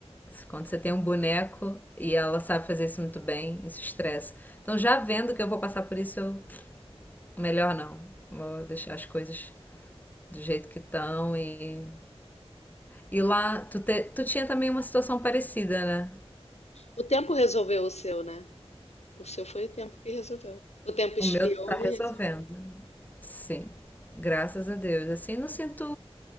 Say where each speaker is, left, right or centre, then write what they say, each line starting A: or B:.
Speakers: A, on the left; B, on the left.
A: Quando você tem um boneco e ela sabe fazer isso muito bem, isso estressa. Então, já vendo que eu vou passar por isso, eu... melhor não. Vou deixar as coisas do jeito que estão e. E lá, tu, te... tu tinha também uma situação parecida, né?
B: O tempo resolveu o seu, né? O seu foi o tempo que resolveu. O tempo
A: O
B: esfriou
A: meu tá resolvendo.
B: e resolveu.
A: Sim, graças a Deus. Assim, não sinto